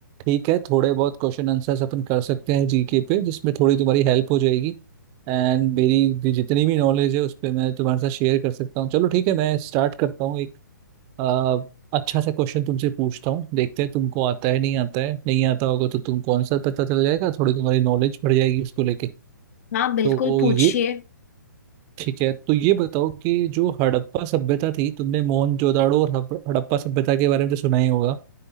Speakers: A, on the right; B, on the left.
A: ठीक है थोड़े बहुत क्वेश्चन आंसर्स अपन कर सकते हैं जीके पे जिसमें थोड़ी तुम्हारी हेल्प हो जाएगी एंड मेरी भी जितनी भी नॉलेज है उस पर मैं तुम्हारे साथ शेयर कर सकता हूँ चलो ठीक है मैं स्टार्ट करता हूँ एक आ, अच्छा सा क्वेश्चन तुमसे पूछता हूँ देखते हैं तुमको आता है नहीं आता है नहीं आता होगा तो तुमको आंसर पता चल जाएगा थोड़ी तुम्हारी नॉलेज बढ़ जाएगी उसको लेके
B: हाँ बिल्कुल
A: तो
B: पूछिए
A: ये ठीक है तो ये बताओ कि जो हड़प्पा सभ्यता थी तुमने मोहनजोदाड़ो और हप- हड़प्पा सभ्यता के बारे में तो सुना ही होगा